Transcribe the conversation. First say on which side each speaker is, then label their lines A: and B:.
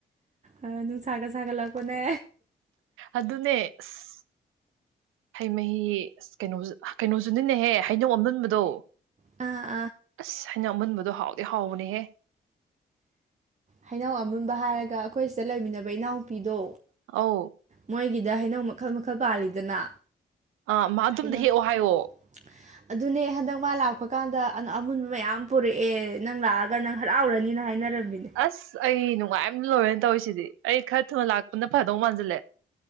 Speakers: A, on the right; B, on the right.
A: ꯑ ꯅꯨꯡꯁꯥꯒ ꯁꯥꯒꯠꯂꯛꯄꯅꯦ
B: ꯑꯗꯨꯅꯦ ꯑꯁ ꯍꯩ ꯃꯍꯤ ꯑꯁ ꯀꯩꯅꯣ ꯀꯩꯅꯣꯁꯨꯅꯤꯅꯦꯍꯦ ꯍꯩꯅꯧ ꯑꯃꯨꯟꯕꯗꯣ
A: ꯑ
B: ꯑꯁ ꯍꯩꯅꯧ ꯑꯃꯨꯟꯕꯗꯣ ꯍꯥꯎꯗꯤ ꯍꯥꯎꯕꯅꯦꯍꯦ
A: ꯍꯩꯅꯧ ꯑꯃꯨꯟꯕ ꯍꯥꯏꯔꯒ ꯑꯩꯈꯣꯏ ꯁꯤꯗ ꯂꯩꯃꯤꯟꯅꯕ ꯏꯅꯥꯎꯄꯤꯗꯣ
B: ꯑꯧ
A: ꯃꯣꯏꯒꯤꯗ ꯍꯩꯅꯧ ꯃꯈꯜ ꯃꯈꯜ ꯄꯥꯜꯂꯤꯗꯅ
B: ꯑ ꯃꯥ ꯑꯗꯨꯝ
A: ꯍꯩꯅꯧ
B: ꯍꯦꯛꯑꯣ ꯍꯥꯏꯌꯣ
A: <unintelligible> ꯑꯗꯨꯅꯦ ꯍꯟꯗꯛ ꯃꯥ ꯂꯥꯛꯄ ꯀꯥꯟꯗ ꯑꯃꯨꯟꯕ ꯃꯌꯥꯝ ꯄꯨꯔꯛꯑꯦ ꯅꯪ ꯂꯥꯛꯑꯒ ꯅꯪ ꯍꯔꯥꯎꯔꯅꯤꯅ ꯍꯥꯏꯅꯔꯝꯃꯤꯅꯦ
B: ꯑꯁ ꯑꯩ ꯅꯨꯡꯉꯥꯏꯕꯅ ꯂꯣꯏꯔꯦꯅ ꯇꯧꯔꯤꯁꯤꯗꯤ ꯑꯩ ꯈꯔ ꯊꯨꯅ ꯂꯥꯛꯄꯅ ꯐꯗꯧ ꯃꯥꯟꯁꯤꯜꯂꯦ